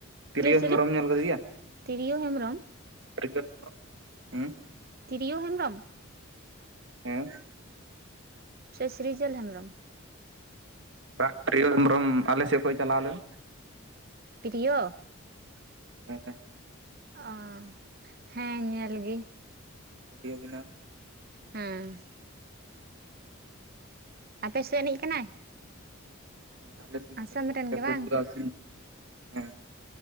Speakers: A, on the right; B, on the right.
A: ᱛᱤᱨᱭᱳ
B: ᱪᱤᱞᱤ
A: ᱦᱮᱢᱵᱽᱨᱚᱢ ᱧᱮᱞ ᱠᱟᱫᱮᱭᱟ
B: ᱛᱤᱨᱭᱳ ᱦᱮᱢᱵᱨᱚᱢ
A: <unintelligible> ᱦᱩᱸ
B: ᱛᱤᱨᱭᱳ ᱦᱮᱢᱵᱽᱨᱚᱢ
A: ᱦᱮᱸ
B: ᱥᱮ ᱥᱨᱤᱡᱚᱞ ᱦᱮᱢᱵᱽᱨᱚᱢ
A: ᱵᱟᱝ ᱯᱨᱤᱭᱚ ᱦᱮᱢᱵᱽᱨᱚᱢ ᱟᱞᱮ ᱥᱮᱫ ᱠᱷᱚᱱ ᱪᱟᱞᱟᱣ ᱞᱮᱱ
B: ᱯᱨᱤᱭᱚ
A: <unintelligible> <inaudible>
B: ᱚ ᱦᱮᱸ ᱧᱮᱞ ᱜᱮ
A: ᱵᱷᱤᱰᱭᱳ ᱵᱮᱱᱟᱣ
B: ᱦᱮᱸ ᱟᱯᱮ ᱥᱮᱫ ᱮᱱᱤᱡ ᱠᱟᱱᱟᱭ
A: <inaudible>
B: ᱟᱥᱟᱢ ᱨᱮᱱ
A: <unintelligible>
B: ᱜᱮ ᱵᱟᱝ
A: ᱦᱮᱸ